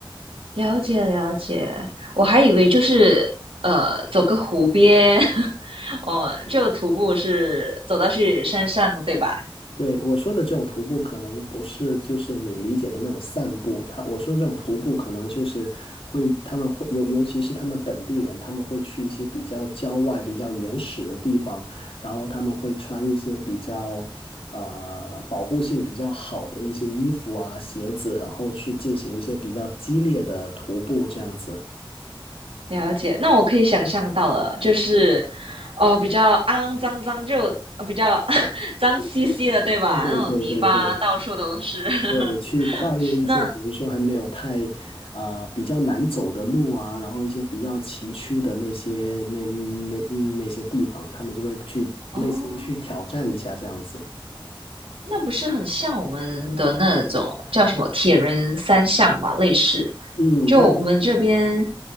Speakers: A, on the right; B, on the left.
A: 了解了解，我还以为就是呃走个湖边，<laughs> 哦，就徒步是走到去山上，对吧？
B: 对，我说的这种徒步，可能不是就是你理解的那种散步。他我说的这种徒步，可能就是会他们会尤尤其是他们本地人，他们会去一些比较郊外、比较原始的地方，然后他们会穿一些比较呃保护性比较好的一些衣服啊、鞋子，然后去进行一些比较激烈的徒步，这样子。
A: 了解，那我可以想象到了，就是哦比较肮脏脏，就呃比较 <laughs> 脏兮兮的，对吧？
B: 对对对对对。
A: 那种泥巴到处都是。<laughs>
B: 对，去跨越一些，
A: 那
B: 比如说还没有太，呃，比较难走的路啊，然后一些比较崎岖的那些那那那些地方，他们就会去类似于去挑战一下这样子。
A: 哦，那不是很像我们的那种叫什么铁人三项嘛，类似。
B: 嗯，
A: 就我们这边，
B: 但